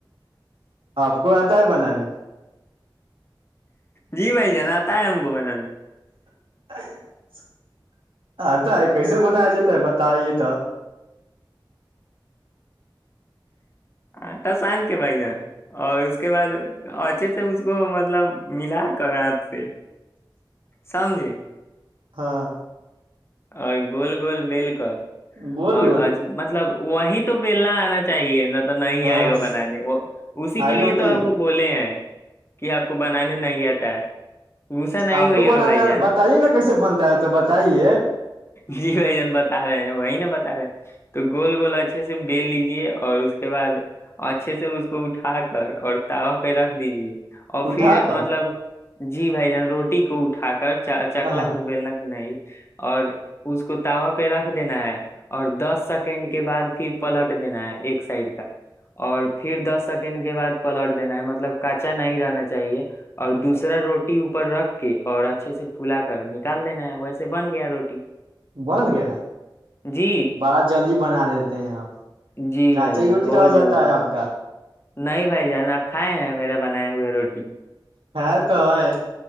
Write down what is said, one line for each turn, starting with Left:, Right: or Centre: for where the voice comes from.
Right: آپ کو آتا ہے بنانے
Left: جی بھائی جناتا ہے ہم کو بن
Right: <inaudible> آتا ہے ک سے منایا جاتا ہے بتائیے تو
Left: آٹا سن کے بھائی ج اور اس کے بعد اچے سے اس کو مطلب ملا کر ہات سے سمجھے
Right: ہاں
Left: اور گول گول بیل کر
Right: گول
Left: اور
Right: گول
Left: آج مت مطلب وہیں تو پلنا آنا چاہیے ن تو نہیں
Right: ہاں
Left: آئے گا بنانے وہ اسی کے
Right: آگے
Left: لیے
Right: بتائیے
Left: تو آپ کو بولے ہیں کہ آپ کو بنانے نہیں آتا ہے غصہ نہیں
Right: آپ
Left: ہوئیے
Right: کو بنانے
Left: گا بھائی جان
Right: بتائیے نا کیسے بنتا ہے تو بتائیے
Left: جی بھائی جان بتا رہے ہیں وہی ن بتا رہے تو گول والا اچھے سے بیل لیجیے اور اس کے اس کے بعد اچھے سے اس کو اٹھا کر اور تاوا پہ رکھ دیجے اور
Right: اٹھا
Left: پھر
Right: کر
Left: مطلب جی بھائی جان روٹی ٹی کو اٹا کر چ چکلا
Right: ہاں
Left: کو بلنا کو نہیں اور اس کو تاوا پہ رکھ دینا ہے اور دس سیکنڈ کے بعد پھر پلٹ دینا ہے ایک سائیڈ کا اور پھر دس سیکنڈ کے بعد پلٹ دینا ہے مطلب کچا نہیں رہنا چاہیے اور دوسرا روٹی اوپر رکھ کے اور اچھے سے پلا کر نکال دینا ہے ویسے بن گیا روٹی
Right: بن گیا
Left: جی
Right: بہت جلدی بنا دیتے ہیں آپ
Left: جی
Right: کانچا
Left: بھائی
Right: ہی
Left: جان
Right: روٹی
Left: بہت
Right: رہ جاتا
Left: جلدی
Right: ہے آپ کا
Left: نہیں بھائی جان آپ کھائے ہیں میرا بنایا ہوئے روٹی
Right: کھایا تو ہے